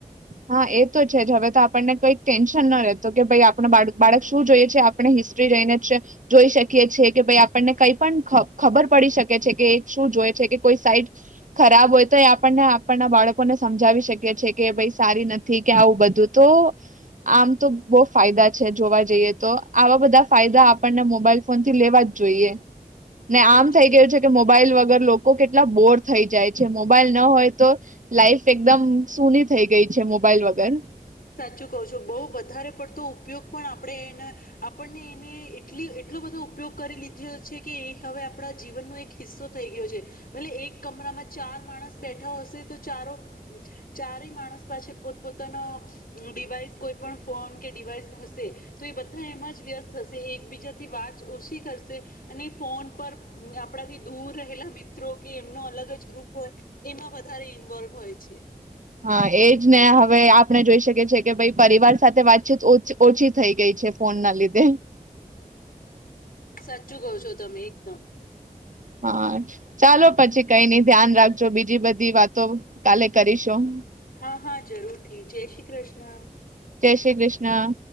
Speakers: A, on the right; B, on the left.
A: હા એ તો છે, જ હવે તો આપણને કઈક ટેન્શન ન રહેેત કે ભાઈ આપણ બા બાળક શું જોઈએ છે, આપણે હિસ્ટ્રી <unintelligible> જ જોઈ શકીએ છેીએ કે ભાઈ આપણને કઈ પણ ખ ખબર પડી શકે છે, કે શું જોય છે, કે કોઈ સાઈડ ખરાબ હોય તો એ આપણને આપણના બાળકોને સમજાવી શકીએ છે, કે ભઈ સારી નથી કે આવું બધું તો આમ તો બો ફાયદા છે, જોવા જઈએ તો આવા બધા ફાયદા આપણને મોબાઈલ ફોન થી લેવા જ જોઈએ. ને
B: સાચું
A: આમ થઈ
B: ક
A: ગયું છે, કે મોબાઈલ વગર લોકો કેટલા બોર થઈ જાય છે, મોબાઈલ ના હોય તો લાઈફ એકદમ સૂની થઈ ગઈ. છે, મોબાઈલ વગર
B: સાચું કહો છો, બો વધારે પડતો ઉપયોગ પણ આપણે એના આપણને એને એટલી એટલો બધો ઉપયોગ કરી લીધ્યો છે, કે એ હવે આપણા જીવનનો એક હિસ્સો થઈ ગયો છે, ભલે એક કમરામાં ચાર માણસ બેઠા હશે તો ચારો ચારેય માણસ પાસે પોતપોતાનો ડિવાઈસ કોઈ પણ ફોન કે ડિવાઈસ હશે, તો એ બધા એમાં જ વ્યસ્ત થશે, એકબીજાથી વાત ઓછી કરશે અને ફોન પર આપણાથી દૂર રહેલા મિત્રો કે એમનો અલગ જ ગ્રુપ હોય, એમાં વધારે ઇન્વોલ્વ હોય છે.
A: હા એજ ને હવે, આપણે જોઈ શકીએ છીએ કે ભાઈ પરિવાર સાથે વાતચીત ઓછી થઈ ગઈ છે. ફોન ના લીધે
B: સાચું કવ છો તમે એકદમ.
A: હા ચાલો પછી કઈ નઈ ધ્યાન રાખજો, બીજી બધી વાતો કાલે કરીશું
B: હા હા જરૂરથી, જય શ્રી કૃષ્ણ.
A: જય શ્રી કૃષ્ણ.